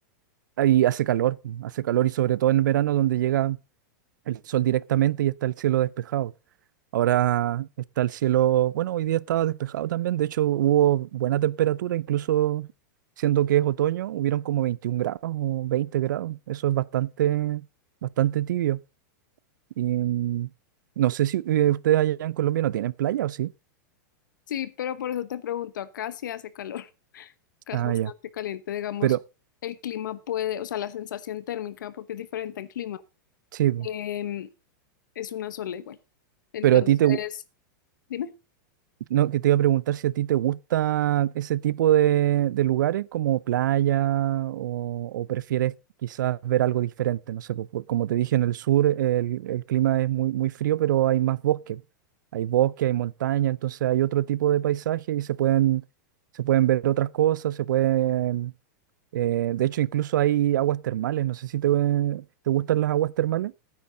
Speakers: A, on the right; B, on the left.
A: Ahí hace calor, hace calor y sobre todo en verano donde llega el sol directamente y está el cielo despejado. Ahora está el cielo, bueno, hoy día estaba despejado también, de hecho hubo buena temperatura, incluso siendo que es otoño, hubieron como 21 grados o 20 grados, eso es bastante, bastante tibio. Y mm, no sé si eh, ustedes allá en Colombia no tienen playa o sí.
B: Sí, pero por eso te pregunto, acá sí hace calor. que
A: Ah,
B: es bastante
A: ya,
B: caliente, digamos,
A: pero
B: el clima puede, o sea, la sensación térmica, porque es diferente al clima,
A: sí, po.
B: em, es una sola igual. Entonces,
A: pero a ti te,
B: dime,
A: No, que te iba a preguntar si a ti te gusta ese tipo de, de lugares como playa o, o prefieres quizás ver algo diferente. No sé, po- po- como te dije, en el sur el, el clima es muy, muy frío, pero hay más bosque. Hay bosque, hay montaña, entonces hay otro tipo de paisaje y se pueden, se pueden ver otras cosas, se pueden... eh, de hecho, incluso hay aguas termales. No sé si te, te gustan las aguas termales.